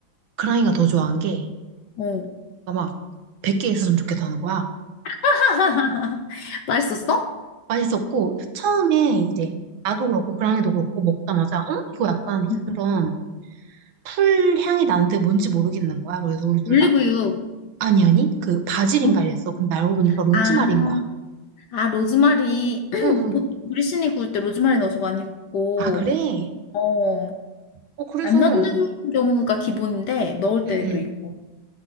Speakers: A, on the right; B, on the left.
A: 그랑이가 더 좋아한 게
B: 어.
A: 아마 100개 있었으면 좋겠다는 거야.
B: <laughs> 맛있었어?
A: 맛있었고, 처음에 이제 나도 그렇고 그랑이도 그렇고 먹자마자, 응? 이거 약간
B: 응.
A: 그런 풀 향이 나는데 뭔지 모르겠는 거야. 그래서 우리 둘
B: 올리브유.
A: 다, 아니, 아니, 그 바질인가
B: 어?
A: 이랬어. 근데 알고 보니까 로즈마리인
B: 아,
A: 거야.
B: 아, 로즈마리. <clears throat>
A: 응,
B: 보통
A: 응.
B: 우리 신이 구울 때 로즈마리 넣어서 많이 굽고,
A: 아, 그래?
B: 어,
A: 어, 그래서,
B: 안 넣는
A: 응,
B: 경우가 기본인데 넣을
A: 응.
B: 때도 있고.